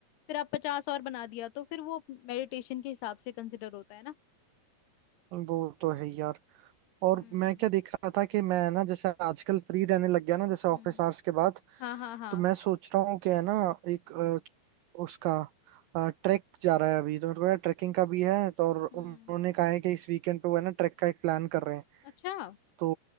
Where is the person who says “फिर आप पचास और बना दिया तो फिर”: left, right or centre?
Left